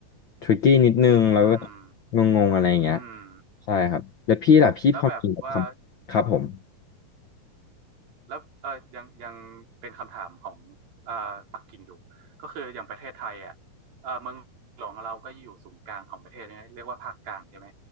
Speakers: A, on the left; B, on the right.
A: ทริกกี้นิดนึงแล้วก็
B: อืม
A: งงๆอะไรอย่างเงี้ย
B: อืม
A: ใช่ครับแล้วพี่ล่ะพี่พอมีคำครับผม
B: แล้วแบบว่า แล้วเออยังยังเป็นคำถามของเอ่อปักกิ่งอยู่ก็คืออย่างประเทศไทยอ่ะเออเมืองหลวงเราก็อยู่ศูนย์กลางของประเทศเนี่ยเรียกว่าภาคกลางใช่ไหม